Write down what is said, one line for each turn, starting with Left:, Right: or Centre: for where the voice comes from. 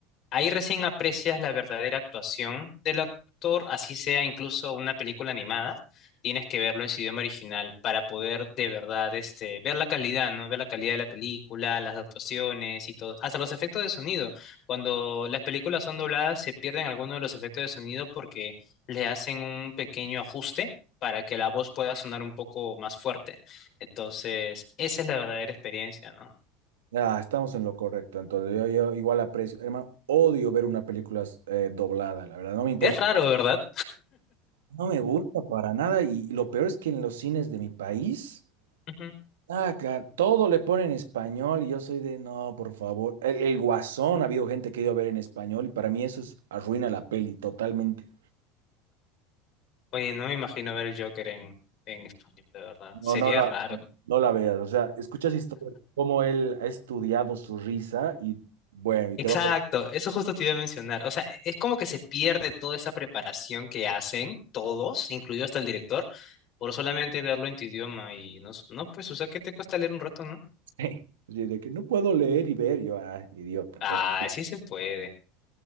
Left: Ahí recién aprecias la verdadera actuación del actor, así sea incluso una película animada, tienes que verlo en su idioma original para poder de verdad este, ver la calidad, ¿no? Ver la calidad de la película, las actuaciones y todo, hasta los efectos de sonido. Cuando las películas son dobladas se pierden algunos de los efectos de sonido porque le hacen un pequeño ajuste para que la voz pueda sonar un poco más fuerte. Entonces, esa es la verdadera experiencia, ¿no?
Right: Ah, estamos en lo correcto, entonces yo, yo igual aprecio, hermano, odio ver una película eh, doblada, la verdad, no me importa,
Left: Es raro, ¿verdad?
Right: no me gusta para nada y, y lo peor es que en los cines de mi país...
Left: Ujú.
Right: Ah, ca- todo le ponen en español y yo soy de, no, por favor. El, el Guasón, ha habido gente que ha ido a ver en español y para mí eso es, arruina la peli totalmente.
Left: Oye, no me imagino ver el Joker en, en español, de verdad.
Right: No,
Left: Sería
Right: no la,
Left: raro.
Right: no la veas. O sea, escuchas historias de cómo él ha estudiado su risa y bueno, y
Left: Exacto,
Right: te vas a
Left: eso justo te iba a mencionar. O sea, es como que se pierde toda esa preparación que hacen todos, incluido hasta el director, por solamente verlo en tu idioma y no, s- no, pues, o sea, ¿qué te cuesta leer un rato, no?
Right: <laughs> decir de que no puedo leer y ver. Yo, ah, idiota.
Left: Ah,
Right: Pero,
Left: sí se puede.